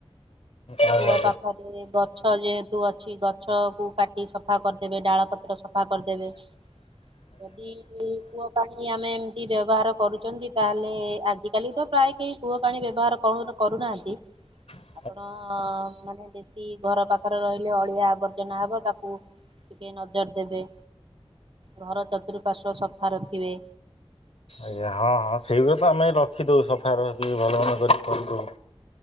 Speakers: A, on the left; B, on the right.
A: ଆଜ୍ଞା
B: ପୁଅ ପାଖ ରେ ଗଛ ଯେହେତୁ ଅଛି ଗଛ କୁ କାଟି ସଫା କରିଦେବେ। ଡାଳ ପତ୍ର ସଫା ଫା କରିଦେବେ। ଯଦି କୂଅ ପାଣି ଆମେ ଏମତି ବ୍ୟବହାର କରୁଛନ୍ତି। ତାହେଲେ ଆଜିକାଲି ତ ପ୍ରାୟ କେହି କୂଅ ପାଣି ବ୍ୟବହାର କରୁ କରୁନାହାଁନ୍ତି।
A: ହ
B: ଆପଣ ମାନେ ଯେତ ଚି ଘର ପାଖରେ ରହିଲେ ଅଳିଆ ଆବର୍ଜନା ହବ ତାକୁ ଟିକେ ନଜର ଦେବେ। ଘର ଚତୁଃପାଶ୍ୱ ସଫା ରଖିବେ।
A: ଆଜ୍ଞା ହଁ ହଁ ସେଇଗୁଡ଼ା ତ ଆମେ ରଖିଦୋଉୁ ସଫା ରଖିକି ଭଲ ମନ୍ଦ କରିକି କରିଦୋଉ।